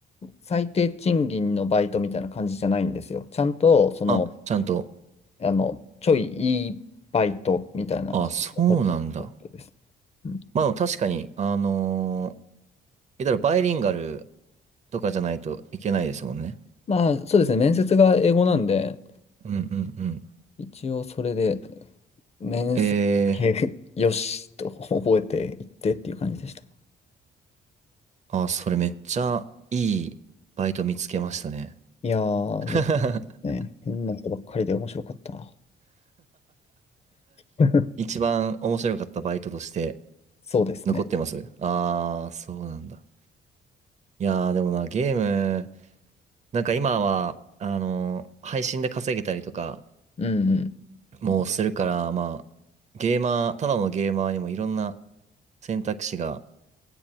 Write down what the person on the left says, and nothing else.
最低賃金のバイトみたいな感じじゃないんですよ。ちゃんと、その、
あの、ちょいいいバイトみたいな感じの立ち人です。
うん、
まあ、そうですね。面接が英語なんで、
一応それで、面接だけ
<laughs> よしと覚えていってっていう感じでした。
いやー、
よかったね。変な人ばっかりで面白かったな。<laughs>
そうですね。
うんうん。